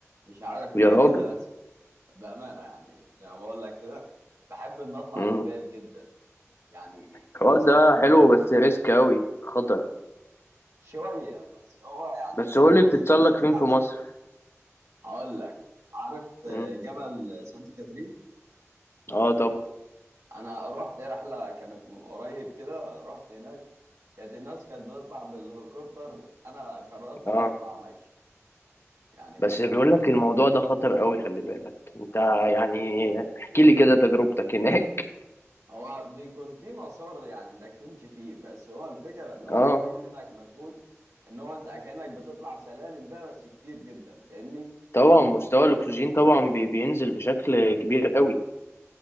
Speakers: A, on the right; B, on the left.
A: مش عارف ليه
B: يا راجل
A: كده بس بامانه يعني زي ما بقول لك كده بحب ان اطلع
B: مم.
A: الجبال جدا يعني
B: الحوار
A: مثلا
B: ده حلو بس ريسك أوي خطر
A: شويه بس هو يعني
B: بس
A: بحس
B: قول لي بتتسلق
A: باستمتاع
B: فين في
A: شويه
B: مصر
A: هقول لك عارف
B: مم.
A: جبل سانت كاترين
B: اه طبعا
A: انا رحت رحله كانت من قريب كده رحت هناك كانت الناس كانت بتطلع بالهليكوبتر انا قررت
B: اه
A: ان اطلع مشي يعني
B: بس بيقول لك الموضوع ده خطر أوي خلي بالك انت يعني احكي لي كده تجربتك هناك
A: هو بيكون في مسار يعني انك تمشي فيه بس هو الفكره ان هو
B: اه
A: بيحتاج منك مجهود ان هو انت كانك بتطلع سلالم بقى بس كتير جدا فاهمني
B: طبعا مستوى الاكسجين طبعا بي- بينزل بشكل كبير قوي